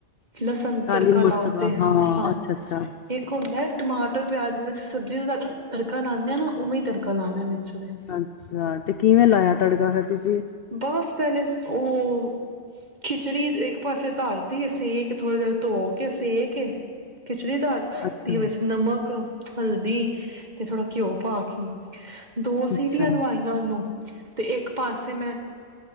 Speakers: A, on the right (about 35°); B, on the left (about 60°).
A: ਲਸਣ
B: ਕਾਲੀ
A: ਤੜਕਾ
B: ਮਿਰਚ
A: ਲਾਓ
B: ਦਾ
A: ਤੇ ਹਾਂ
B: ਅੱਛਾ ਅੱਛਾ
A: ਇੱਕ ਹੁੰਦਾ ਟਮਾਟਰ ਪਿਆਜ ਜਿਵੇਂ ਅਸੀਂ ਸਬਜ਼ੀਆਂ ਨੂੰ ਦਾ ਤੜਕਾ ਲਾਣੇ ਆ ਨਾ ਉਵੇਂ ਹੀ ਤੜਕਾ ਲਾਉਣਾ ਵਿੱਚ ਉਹਦੇ
B: ਅੱਛਾ ਤੇ ਕਿਵੇਂ ਲਾਇਆ ਤੜਕਾ ਫਿਰ ਤੁਸੀਂ
A: ਬਸ ਪਹਿਲੇ ਉਹ ਖਿਚੜੀ ਇੱਕ ਪਾਸੇ ਧਰ ਤੀ ਅਸੀ ਥੋੜੀ ਦੇਰ ਧੋ ਕੇ ਸੇ ਕੇ ਖਿਚੜੀ ਦਾਲ
B: ਅੱਛਾ
A: ਦੀ ਵਿੱਚ ਨਮਕ ਹਲਦੀ ਤੇ ਥੋੜ੍ਹਾ ਘਿਓ ਪਾ ਕੇ ਦੋ
B: ਅੱਛਾ
A: ਸੀਟੀਆਂ ਦਵਾਈਆਂ ਉਹਨੂੰ ਤੇ ਇੱਕ ਪਾਸੇ ਮੈਂ